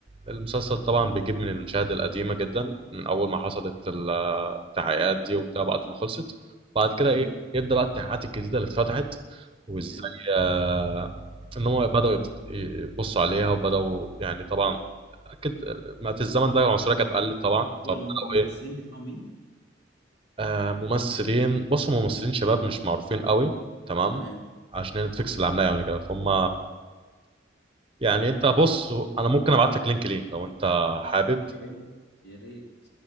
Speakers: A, on the right; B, on the left.
A: المسلسل طبعا بيجيب من المشاهد القديمة جدا من أول ما حصلت ال- التحقيقات دي وبتاع بعد ما خلصت بعد كده
B: مهم.
A: إيه يبدأ بقى التحقيقات الجديدة اللي اتفتحت وإزاي
B: جامد.
A: آه، إن هم بدأوا يفت- يبصوا عليها وبدأوا يعني طبعا أكيد ما في الزمن ده العنصرية كانت قلت طبعا
B: هو
A: فبدأوا
B: الم- الممثلين
A: إيه
B: بتاعه مين؟
A: آه، ممثلين بصوا ممثلين شباب مش معروفين قوي تمام
B: تمام
A: عشان نتفليكس اللي عاملاه يعني كده فهم يعني انت بص انا ممكن ابعت لك لينك ليه لو انت حابب
B: يا ريت يا ريت